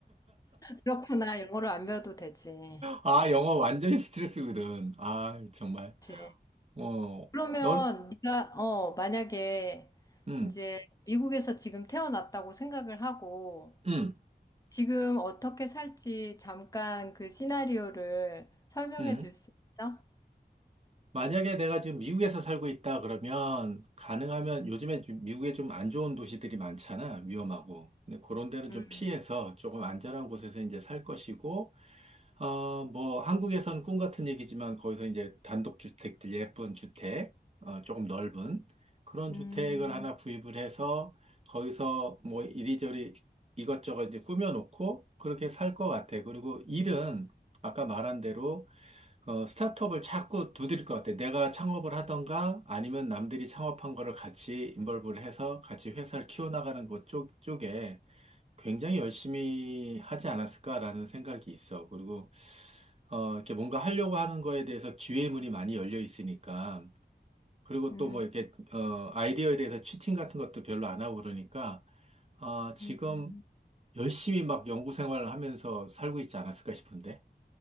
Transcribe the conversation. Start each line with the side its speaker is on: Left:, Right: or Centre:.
Left: 그렇구나. 영어를 안 배워도 되지.
Right: 아, 영어 완전히 스트레스거든. 아, 정말.
Left: 그치.
Right: 어,
Left: 그러면
Right: 넌,
Left: 네가 어, 만약에
Right: 음,
Left: 이제 미국에서 지금 태어났다고 생각을 하고
Right: 음,
Left: 지금 어떻게 살지 잠깐 그 시나리오를 설명해
Right: 음.
Left: 줄 수 있어?
Right: 만약에 내가 지금 미국에서 살고 있다 그러면 가능하면 요즘에 좀 미국에 좀 안 좋은 도시들이 많잖아. 위험하고. 근데 그런 데는 좀
Left: 음,
Right: 피해서 조금 안전한 곳에서 이제 살 것이고, 어, 뭐 한국에서는 꿈 같은 얘기지만 거기서 이제 단독주택들, 예쁜 주택, 어, 조금 넓은 그런
Left: 음,
Right: 주택을 하나 구입을 해서 거기서 뭐 이리저리 이것저것 이제 꾸며놓고 그렇게 살 것 같아. 그리고 일은 아까 말한 대로 어, 스타트업을 자꾸 두드릴 것 같아. 내가 창업을 하던가 아니면 남들이 창업한 거를 같이 인벌브를 해서 같이 회사를 키워나가는 것 쪽, 쪽에 굉장히 열심히 하지 않았을까라는 생각이 있어. 그리고, 어, 이렇게 뭔가 하려고 하는 거에 대해서 기회의 문이 많이 열려 있으니까. 그리고
Left: 음,
Right: 또 뭐 이렇게, 어, 아이디어에 대해서 치팅 같은 것도 별로 안 하고 그러니까, 아, 지금
Left: 음. 음.
Right: 열심히 막 연구 생활을 하면서 살고 있지 않았을까 싶은데.